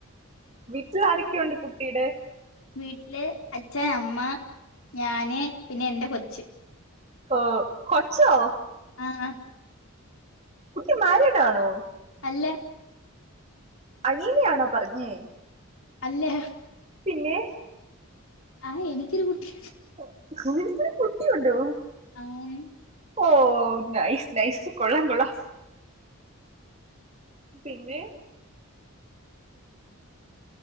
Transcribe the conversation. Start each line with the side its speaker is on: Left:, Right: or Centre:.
Right: വീട്ടിലാരക്കെണ്ട് കുട്ടിടെ?
Left: വീട്ടില് അച്ഛൻ അമ്മ ഞാന് പിന്നെ എന്റെ കൊച്ച്
Right: ഓ കൊച്ചോ?
Left: ആഹാ
Right: കുട്ടി മാരിയ്ഡ് ആണോ?
Left: അല്ലെ?
Right: അനീയനാണോ പറഞ്ഞേ?
Left: അല്ല
Right: പിന്നെ?
Left: ആഹ് എനിക്കൊരു കുട്ടി
Right: ഓ ന്ക്കൊരു കുട്ടിയുണ്ടോ?
Left: <unintelligible>
Right: ഓ നൈസ് നൈസ് കൊള്ളാ കൊള്ളാം പിന്നെ?